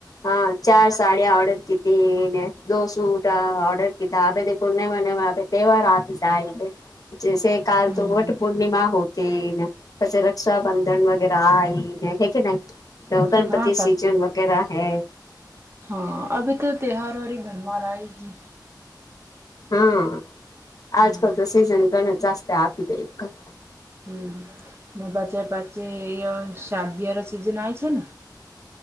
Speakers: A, on the left; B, on the right.
A: હા, ચાર સાડીયા ઓર્ડરતી કીતી. ને દો સૂટ ઓર્ડરતા કીધા પૂર્ણિમાને માપે તહેવાર આપી જાય ને. જેસે કાલ
B: હમ
A: તો વટ પૂર્ણિમા હો તી ને. પસ રક્ષાબંધન વગેરા આઈ ને હે કે નઈ. તો ગણપતિ
B: હા
A: સિજન વગેરા હે.
B: હન, અભી તો ત્યોહારોની ધનમાર આયેગી.
A: હન,
B: હમ
A: આજકાલ તો સીઝન ઘણ જાસ્તે આપી ગયું ક.
B: હમ ને બજાર પાછે એ અ શાર્દીયારા સીઝન આય છેન.